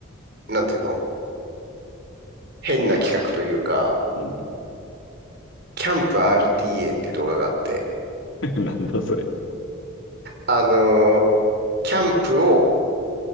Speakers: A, on the right; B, on the left.
A: う、なんていうの、変な企画というか、
B: うん
A: キャンプ RTA っていう動画があって、
B: うん。<laughs> なんだそれ。
A: あのーキャンプを